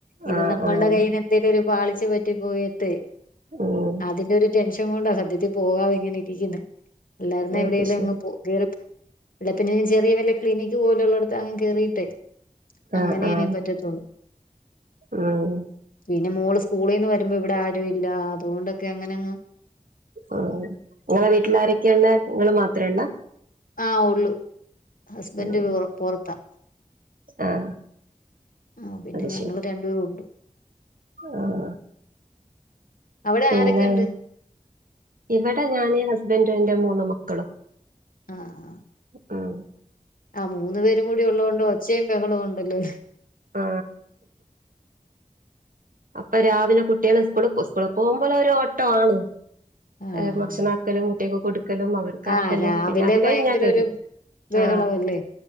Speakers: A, on the left; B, on the right.
A: ഇത്
B: ആഹ്
A: നമ്മള്ടെ
B: ആഹ്
A: കയ്യിനെന്തെലൊരു പാളിച്ച പറ്റി പോയിട്ടെ
B: ഉം
A: അതിന്റെ ഒരു ടെൻഷ ൻ കൊണ്ടാ സത്യത്തി പോകാതെ ഇങ്ങനെ ഇരിക്കുന്നേ. അല്ലാരുന്നേ
B: അത്
A: എവിടേലും
B: ശരി
A: അങ് പോ കേറി അല്ലെ പിന്നെ ഞാൻ ചെറിയ വല്ല ക്ലിനിക് പോലുള്ളട് തങ് കേറിട്ടെ
B: ആഹ്
A: അങ്ങനെ
B: ആഹ്
A: ഇനീ പറ്റത്തൊള്ളു
B: ഉം
A: പിന്നെ മോള് സ് സ്കൂളിന്ന് വരുമ്പോ ഇവിടെ ആരു ഇല്ല അതുകൊണ്ടൊക്കെ അങ്ങനങ്ങ്
B: ആഹ് നിങ്ങളെ വീട്ടിലാരൊക്കെയള്ളെ നിങ്ങള് മാത്രള്ള
A: ആഹ് ഒള്ളു ഹസ്ബന്റ്
B: ഉം
A: പൊറത്ത
B: ആഹ്
A: ആഹ് പിന്നെ
B: അത്
A: ഞങ്ങള്
B: ശരി
A: രണ്ടുവേ ഒള്ളു
B: ആഹ്
A: അവിടെ
B: പിന്നെ
A: ആരെക്കെണ്ട്
B: ഇവിടെ ഞാന് ഹസ്ബൻ്റും എന്റെ മൂന്നു മക്കളും
A: ആഹ്
B: ആഹ്
A: ആ മൂന്ന് പേരും കൂടി ഉള്ളോണ്ട് ഒച്ചെം ബെഹളൊം അല്ലോ
B: ആ അപ്പൊ രാവിലെ കുട്ട്യള് സ്കൂള് സ്കൂള് പോവുമ്പൊളൊരോട്ടാണ്.
A: ആഹ്
B: അ് ഭക്ഷണാക്കലും കുട്ട്യക്ക് ക്കലും അവര്ക്കാക്കലും
A: ആഹ് രാവിലെ
B: പിന്നെ അത് കഴിഞ്ഞാ
A: ഭയങ്കര
B: കഴ്ഞ്ഞു
A: ഒരു ബഹളമല്ലേ
B: ആ